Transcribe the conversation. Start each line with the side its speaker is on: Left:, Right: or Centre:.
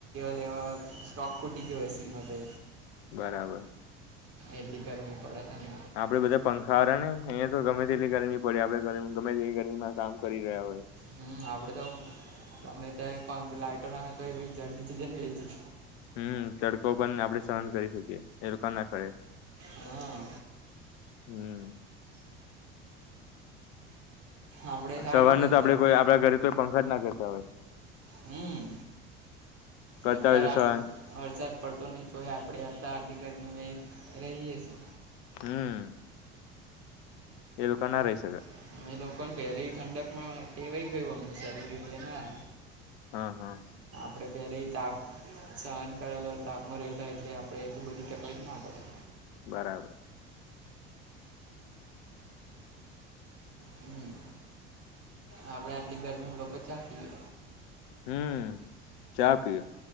Right: એવા મા સ્ટોક ખૂટી ગયો હસી ઈનો તઇ
Left: બરાબર.
Right: એટલી ગરમી પડે છે ને
Left: આપડે બધા પંખાવાળ ને અહિયા તો ગમે તેટલી ગરમી પડી આપડે ગમે તે એલી ગરમીમા કામ કરી રહ્યા હોય
Right: હમ આપડે તો ગમે ત્યા પગ લાઈટો ના હોય તો જાડ નીચે જઈ ને બેહી જઇએ.
Left: હમ તડકો પણને આપડણે સહન કરી શકીએ એ લોકોકા ના ખરેે
Right: હા
Left: હમ
Right: આપડે સારું
Left: સવાર
Right: છે
Left: ન
Right: અત્યારે
Left: તો આપડે કોઈ આપડા ઘરે કોઈ પંખા જ ના કરતા હોય
Right: હમ
Left: કરતા
Right: અત્યારે
Left: હોય તો સવાર
Right: આ વરસાદ પડતો નહિ તો કપડે આ હતા આટલી ગરમીમાં રહીએ છે
Left: હમ એ લોકાના રહી શકે
Right: છીએ એ લોકોને પહેલી ઠંડક માં ટેવાઈ ગયું અમનું શરીર એટલે ના
Left: હા હા
Right: આપડે પહેલે તાપ સહન કરેલો તાપમાં રલા એટલે આપડે એટલ બધી તકલીફ ના પડે
Left: બરાબર
Right: હમ આપડે આટલી ગરમીમાં લોકો ચા પિયે
Left: હમ ચા પીવે